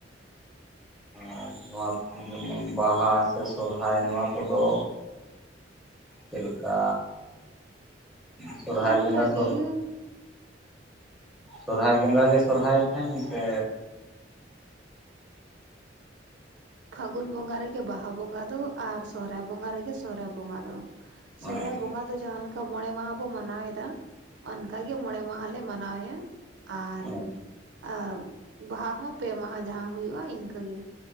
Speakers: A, in the centre; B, on the right (about 70°).
A: ᱟᱨ ᱱᱚᱣᱟ ᱠᱩ ᱡᱮᱢᱚᱱ ᱵᱟᱦᱟ ᱥᱮ ᱥᱚᱨᱦᱟᱭ ᱱᱚᱣᱟ ᱠᱚᱫᱚ, ᱪᱮᱫ ᱞᱮᱠᱟ ᱥᱚᱨᱦᱟᱭ
B: ᱚᱱᱠᱟᱜᱮ
A: ᱵᱚᱸᱜᱟ <inaudible> ᱥᱚᱨᱦᱟᱭ ᱵᱚᱸᱜᱟ ᱜᱮ ᱥᱚᱨᱦᱟᱭ ᱴᱷᱮᱱ ᱥᱮᱼᱼ
B: ᱯᱷᱟᱹᱜᱩᱱ ᱵᱚᱸᱜᱟ ᱨᱮᱜᱮ ᱵᱟᱦᱟ ᱵᱚᱸᱜᱟ ᱫᱚ ᱟᱨ ᱥᱚᱦᱨᱟᱭ ᱵᱚᱸᱜᱟ ᱨᱮᱜᱮ ᱥᱚᱦᱨᱟᱭ ᱵᱚᱸᱜᱟ ᱫᱚ ᱥᱚᱦᱨᱟᱭ
A: ᱟᱪᱪᱷᱟ
B: ᱵᱚᱸᱜᱟ ᱫᱚ ᱡᱟᱦᱟᱸ ᱞᱮᱠᱟ ᱢᱚᱬᱮ ᱢᱟᱦᱟ ᱵᱚ ᱢᱟᱱᱟᱣ ᱮᱫᱟ ᱚᱱᱠᱟ ᱜᱮ ᱢᱚᱬᱮ ᱢᱟᱦᱟᱞᱮ ᱢᱟᱱᱟᱣᱭᱟ ᱟᱨᱼᱼ
A: ᱦᱮᱸ
B: ᱟᱨ ᱵᱟᱦᱟ ᱦᱚᱸ ᱯᱮ ᱢᱟᱦᱟ ᱡᱟᱦᱟᱸ ᱦᱩᱭᱩᱜᱼᱟ ᱤᱱᱠᱟᱹ ᱜᱮᱼᱼ